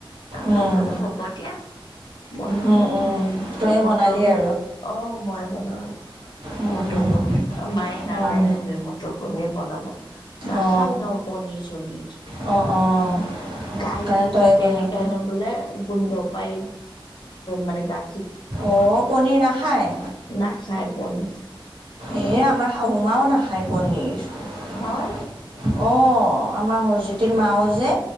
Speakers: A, on the right; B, on the left.
A: উম
B: মই ক'লো হ'ব দিয়া। বনাম
A: উম উম তই
B: আৰু
A: বনালি
B: মটৰ
A: আৰু
B: অ, মই বনালো
A: উম
B: মতপণ মায়ে নাজানে
A: উম
B: যে ম ৰ, কণিৰ বনাব নাখাই
A: অ
B: ন পনীৰ-চনিৰ
A: অ', অ'।
B: গাই
A: কাৰণে
B: ধুই
A: তই
B: থাকে
A: বনালা
B: সেইকাৰণে বোলে গোন্ধ পাই মানে গা
A: অ, পনীৰ নাখায়।
B: না খাই পনিৰ।
A: এই আমাৰ শাহুমাও নাখায় পনীৰ।
B: হয়।
A: অ, আমাৰ হৰজ্যোতিৰ মা যে